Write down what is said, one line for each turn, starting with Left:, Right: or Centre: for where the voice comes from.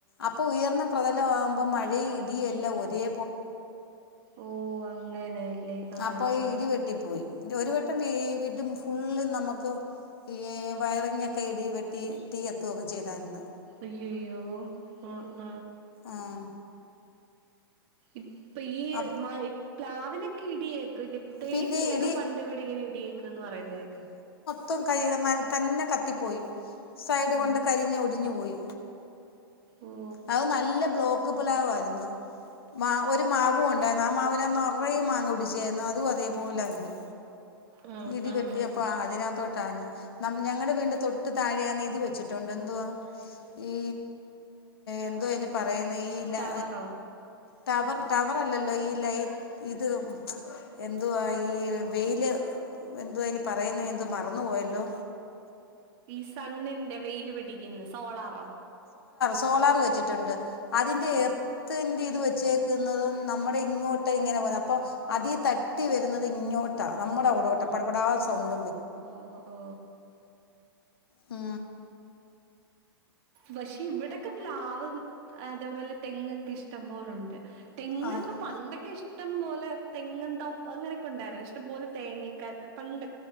Left: അപ്പൊ ഉയർന്ന പ്രതലാവുമ്പ മഴേം ഇടിം എല്ലാം ഒരേ
Right: ഓ അങ്ങനെല്ലേ? ആഹ്
Left: അപ്പ ഈ
Right: ആഹ്
Left: ഇടിവെട്ടി
Right: ആഹ്
Left: പോയി ഒരു വട്ടം വീ വീട്ടും ഫുള്ള് നമ്മക്ക് ഈ വയറിങ്ങക്കെ ഇടി വെട്ടി തീ കത്തുവൊക്കെ ചെയ്താര്ന്ന്‌.
Right: അയ്യോയ്യോ ഉം ഉം
Left: ഉം.
Right: ഇപ് ഇപ്പീയ്
Left: അപ്-
Right: മ പ്ലാവിലക്കെടിയേക്ക്‌ല്ലേ തേക്കിലക്കെ
Left: പിന്നെ ഇടി
Right: പണ്ട് ഇവിടെങ്ങനെ ഇടിയേക്കന്ന് പറ റയുന്നേക്കാം.
Left: തോം കഴിയണ മരം തന്നെ കത്തി പോയി സൈഡ്
Right: ഓ
Left: കൊണ്ട് കരിഞ്ഞ് ഒടിഞ്ഞു പോയി.
Right: ഓ
Left: അത് നല്ല ബ്ലോക്ക് പ്ലാവായിരുന്ന്‌. മാ ഒരു മാവുണ്ടായിരുന്നു ആ മാവിനെ നെറയെ മാങ്ങ പിടിച്ചായിരുന്നു അതും അതേപോലായിരുന്നു.
Right: ഉം
Left: ഇടി
Right: ഉം
Left: വെട്ടിയപ്പോ അതിനാത്തൊട്ടാഞ്ഞ്. നം ഞങ്ങളടെ വീടിന്റെ തൊട്ട് താഴെയാന്ന് ഇത് വെച്ചിട്ടുണ്ട് എന്തുവാ ഈ എന്തോ അയിന് പറയുന്നേ ഈ ലാ
Right: ടവറോ
Left: ടവർ ടവറല്ലല്ലോ ഈ ലൈറ്റ് ഇത് എന്തുവാ ഈ വെയില് എന്തോ അയിന് പറയുന്നേ എന്തോ മറന്നു പോയല്ലോ.
Right: ഈ സണ്ണിന്റെ വെയില് പിടിക്കിന്ന് സോളാറോ?
Left: സോളാറ് വെച്ചിട്ടൊണ്ട് അതിന്റെ
Right: ഉം
Left: എർത്ത് ഇത് വെച്ചേക്കുന്നത് നമ്മടെ ഇങ്ങോട്ടിങ്ങനെ പോന്ന അപ്പം അതി തട്ടി വെരുന്നത് ഇങ്ങോട്ടാണ്. നമ്മടെ അവടോട്ട് പടപടാ സൗണ്ട്
Right: ഓ അപ്പോ
Left: ആ
Right: പക്ഷേ ഇവിടെക്കെ പ്ലാവും അതേപോലെ തെങ്ങൊക്കെ ഇഷ്ടം പോലുണ്ട് തെങ്ങങ്
Left: ആ
Right: ഇപ്പൊ പണ്ടൊക്കെ ഇഷ ഇഷ്ടംപോലെ തെങ്ങും തോപ്പ് അങ്ങനെയൊക്കെ ഉണ്ടായിരുന്നു ഇഷ്ടംപോലെ തേങ്ങഒക്കെയേ പണ്ട്